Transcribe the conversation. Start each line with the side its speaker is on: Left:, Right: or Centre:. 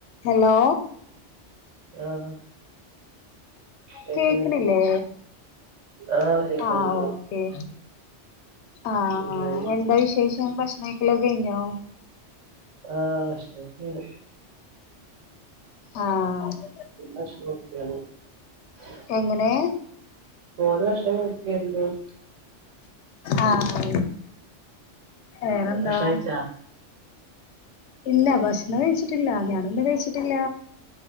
Left: Hello
Right: ആ ആഹ് കേക്കുന്നില്ലേ
Left: കേക്കിണില്ലേ
Right: ആഹ് കേക്കുന്നുണ്ടല്ലോ
Left: ആഹ് ഓക്കെ ആഹ്
Right: എന്തായി
Left: എന്താ വിശേഷം ഭക്ഷണം കഴിക്കലൊക്കെ കഴിഞ്ഞോ
Right: ആഹ് ഭക്ഷണൊക്കെ കഴി
Left: ആഹ്
Right: അ ഓക്കെന്ന <inaudible>
Left: എങ്ങനെ
Right: <unintelligible>
Left: ആഹ വേറെന്താ?
Right: ഭക്ഷണം കഴിച്ചാ
Left: ഇല്ല ഭക്ഷണം കഴിച്ചിട്ടില്ല ഞാനൊന്നും കഴിച്ചിട്ടില്ല